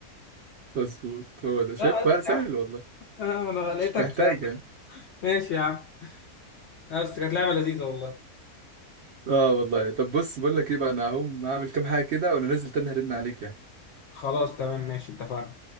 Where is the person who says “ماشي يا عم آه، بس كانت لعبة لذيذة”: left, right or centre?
Left